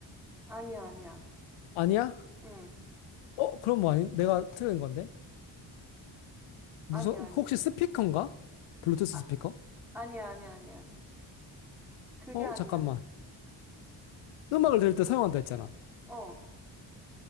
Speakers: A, in the centre; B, on the left.
A: 아니야, 아니야.
B: 아니야?
A: 응.
B: 어, 그럼 뭐 아니, 내가 틀린 건데? 무슨,
A: 아니야, 아니야.
B: 혹시 스피커인가? 블루투스
A: 아,
B: 스피커?
A: 아니야, 아니야, 아니야. 그게
B: 어,
A: 아니야.
B: 잠깐만. 음악을 들을 때 사용한다 했잖아.
A: 어,